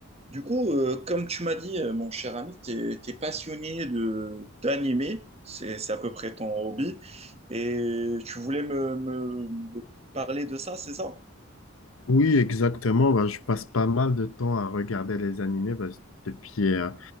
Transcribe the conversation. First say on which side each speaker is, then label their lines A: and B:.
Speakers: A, on the right; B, on the left.
A: Du coup, euh, comme tu m'as dit, euh, mon cher ami, t'es, t'es passionné de d'animé, c'est c'est à peu près ton hobby, et tu voulais me, me- me parler de ça, c'est ça?
B: Oui, exactement. Bah, je passe pas mal de temps à regarder les animés bah, depuis euh,